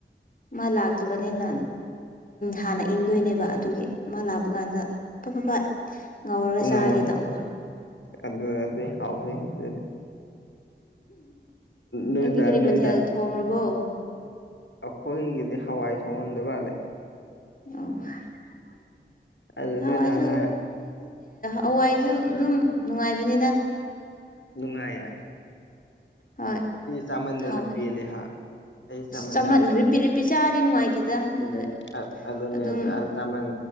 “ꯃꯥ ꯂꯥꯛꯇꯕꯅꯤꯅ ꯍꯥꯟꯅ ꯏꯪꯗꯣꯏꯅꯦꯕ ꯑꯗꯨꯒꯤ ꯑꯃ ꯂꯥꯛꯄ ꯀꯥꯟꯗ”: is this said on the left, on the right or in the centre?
Left